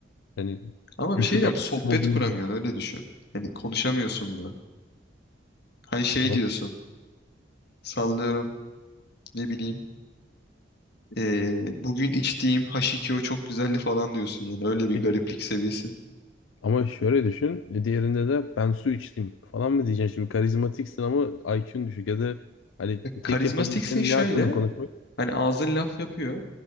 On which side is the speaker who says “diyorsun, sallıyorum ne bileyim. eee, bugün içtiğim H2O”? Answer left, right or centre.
Left